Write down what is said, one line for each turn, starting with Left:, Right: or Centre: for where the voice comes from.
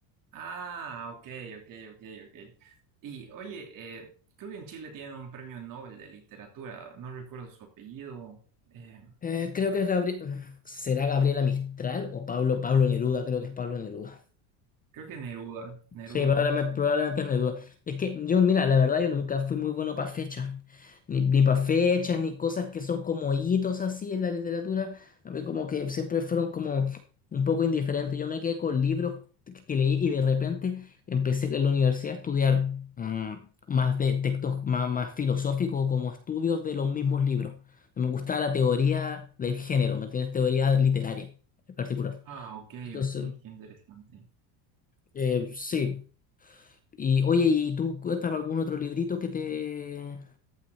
Right: Ah, ok, ok, ok, ok. Y oye, eh, creo que en Chile tienen un premio Nobel de literatura, no recuerdo su apellido, eh,
Left: Eh, creo que es Gabriel, ¿será Gabriela Mistral o Pablo, Pablo Neruda? Creo que es Pablo Neruda.
Right: creo que Neruda, Neruda.
Left: Sí, probablemente,
Right: sí.
Left: probablemente es mi duda. Es que yo, mira, la verdad yo nunca fui muy bueno para fechas, ni, ni para fechas, ni cosas que son como hitos así en la literatura. A mí como que siempre fueron como un poco indiferentes. Yo me quedé con libros que que leí y de repente empecé en la universidad a estudiar mm, más de textos más, más filosóficos, como estudios de los mismos libros. Me gustaba la teoría del género, ¿me entiendes? Teoría literaria en particular.
Right: Ah, ok,
Left: Entonces,
Right: ok, qué interesante.
Left: eh, sí. Y oye, ¿y tú cuéntame algún otro librito que te,